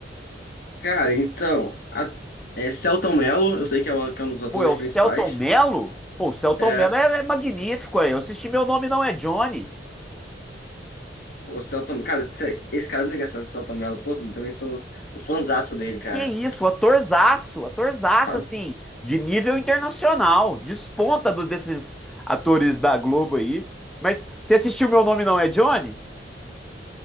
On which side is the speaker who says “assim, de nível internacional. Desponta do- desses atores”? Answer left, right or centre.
Centre